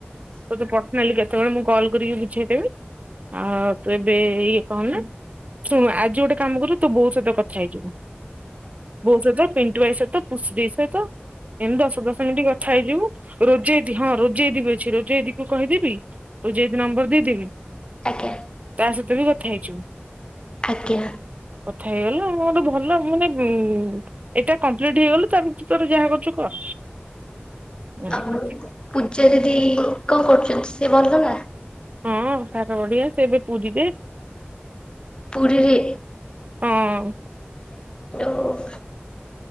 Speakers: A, on the right; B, on the left.
A: ତତେ ପର୍ଶନାଲି କେତେବେଳେ ମୁଁ କଲ୍ କରିକି ବୁଝେଇଦେବି ଆଉ ତୁ ଏବେ ଇଏ କଣ ନା, ଶୁଣୁ ଆଜି ଗୋଟେ କାମ କରିବୁ ତୋ ବୋଉ ସହିତ କଥା ହେଇଯିବୁ। ବୋଉ ସହିତ ପେଣ୍ଟୁ ଭାଇ ସହିତ ପୁସି ଦେଇ ସହିତ। ଏମତି ଦଶ ଦଶ ମିଣ୍ଟି କଥା ହେଇଯିବୁ ରୋଜେଇ ଦିଦି ହଁ ରୋ ରୋଜେଇ ଦି ଅଛି ରୋଜେଇ ଦିକୁ କହିଦେବି? ରୋଜେଇ ଦିଦି ନମ୍ବର ଦେଇଦେବି।
B: ଆଜ୍ଞା।
A: ତା ସହିତ ବି କଥା ହେଇଯିବୁ।
B: ଆଜ୍ଞା।
A: କଥା ହେଇଗଲା ଆ ଗୋଟେ ଭଲ। ମାନେ ଉ ଏଇଟା କମ୍ପ୍ଲିଟ ହେଇଗଲେ ତା ଭିତରେ ଯାହା କରୁଛୁ କର। ହୁଁ
B: ଆଉ ପୂଜା ଦିଦି କଣ କରୁଛନ୍ତି? ସେ ଭଲ ନା?
A: ହଁ ତାର ତ ବଢ଼ିଆ ସେ ଏବେ ପୂରି ରେ
B: ପୁରୀରେ?
A: ହଁ।
B: <unintelligible>